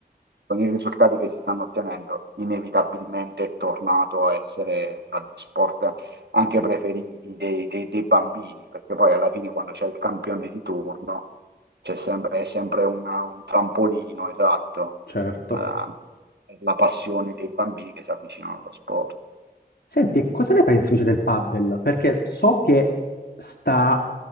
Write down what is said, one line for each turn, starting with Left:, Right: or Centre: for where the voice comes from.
Right: Con i risultati che si stanno ottenendo, inevitabilmente è tornato a essere tra gli sport anche preferiti dei, dei- dei bambini, perché poi alla fine quando c'è il campione di turno c'è sempre, è sempre una- un trampolino, esatto,
Left: certo.
Right: eh, per la passione dei bambini che si avvicinano allo sport.
Left: Senti, cosa ne pensi invece del paddle? Perché so che sta